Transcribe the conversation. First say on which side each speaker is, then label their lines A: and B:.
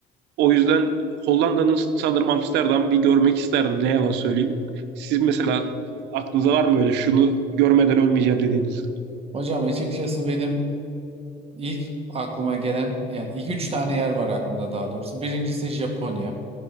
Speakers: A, on the right; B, on the right.
A: O yüzden Hollanda'nın sanırım Amsterdam bir görmek isterdim ne yalan söyleyeyim. Siz mesela aklınıza var mı öyle şunu görmeden ölmeyeceğim dediğiniz?
B: Hocam açıkçası benim ilk aklıma gelen yani ilk üç tane yer var aklımda daha doğrusu. Birincisi Japonya.